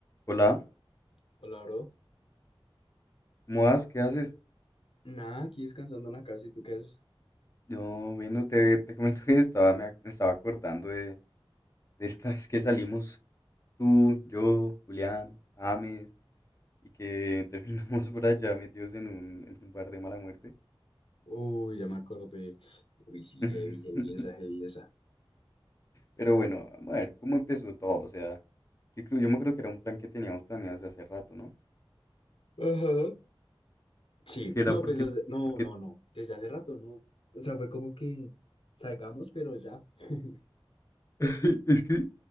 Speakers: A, on the left (about 30°); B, on the left (about 70°).
A: Hola,
B: Hola, bro.
A: ¿cómo vas? ¿Qué haces?
B: Nada, aquí descansando en la casa. ¿Y tú qué haces?
A: No, bueno, te, te comento que estaba, me, ac- me estaba acordando de, de esta vez que salimos tú, yo, Julián, Ames, y que <laughs> terminamos por allá metidos en un, en un bar de mala muerte.
B: Uy, ya me acordé. Uy, sí,
A: <laughs>
B: heavy, heavy esa, heavy esa.
A: Pero bueno, vamos a ver cómo empezó todo. O sea, yo creo, yo me acuerdo que era un plan que teníamos planeado desde hace rato, ¿no?
B: Ajá. Sí,
A: Que era
B: no,
A: porque,
B: pues desde- no,
A: porque,
B: no, no. Desde hace rato, no. O sea, fue como que salgamos, pero ya. <laughs>
A: <laughs> es que